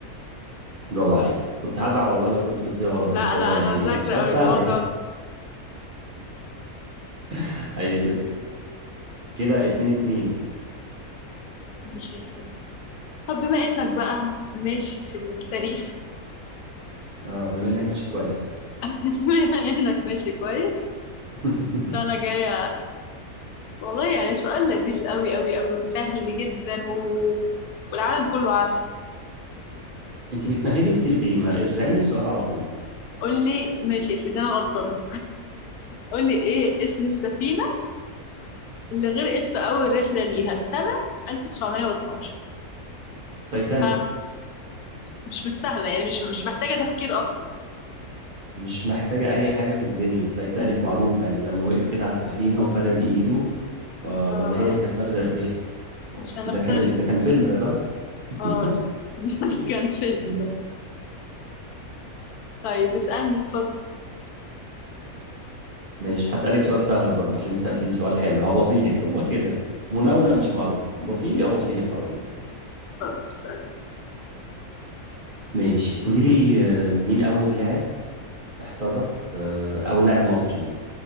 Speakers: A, on the right; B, on the left.
A: برافو عليك كنت هزعل والله لو كنت قلتيها غلط
B: لا
A: بس
B: لا
A: هو يعني
B: انا مذاكره
A: سؤال
B: قوي
A: سهل
B: الموضوع
A: يعني
B: ده
A: <laughs> أي خدمة كده اتنين اتنين
B: ماشي يا سيدي طب بما انك بقى ماشي في التاريخ
A: اه بما انك ماشي كويس
B: <laughs> بما انك ماشي كويس
A: <laughs>
B: فانا جايه والله يعني سؤال لذيذ قوي قوي قوي وسهل جدا و... والعالم كله عارف
A: انت بتمهدي كتير ليه ما ارزعيني السؤال على طول
B: قول لي ماشي يا سيدي انا غلطانه قول لي ايه اسم السفينه اللي غرقت في اول رحله ليها السنه 1912
A: تايتانيك
B: ها مش مستاهله يعني مش مش محتاجه تفكير اصلا
A: مش محتاجة اي حاجة في الدنيا تايتانيك معروفة يعني لما وقف كده على السفينة وفرد ايده آه،
B: آه
A: ولا هي اللي كانت فاردة ايديها
B: مش هنختلف
A: ده كان ده كان فيلم ده صح <laughs>
B: اه <laughs> كان فيلم ده طيب اسالني اتفضل
A: مش هسألك سؤال سهل برضه عشان سألتيني سؤال حلو هبصيلك هو كده مناولة مش مقاولة بصيلي أبصيلك على طول
B: اتفضل اسالني
A: ماشي قولي لي آه، مين أول لاعب احترف آه، أو لاعب مصري